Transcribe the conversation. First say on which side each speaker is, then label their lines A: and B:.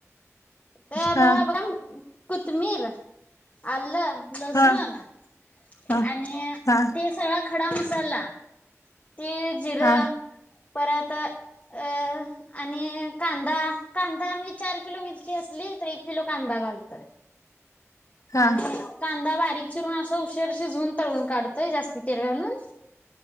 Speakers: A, on the left; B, on the left.
A: त्याला
B: ह
A: कतमीिर आ लसण
B: ह
A: ना
B: ह
A: आणि
B: ह
A: ते सग खडा मसाला तीळ जिरा
B: ह
A: परत अ आणि कांदा कांदा मी चार किलो मिरची असली तर एक किलो कांदा घालतोय
B: ह
A: आणि का बारीक चिरून अस उशीर शिजून तळून काढतोय जास्ती तेल घालून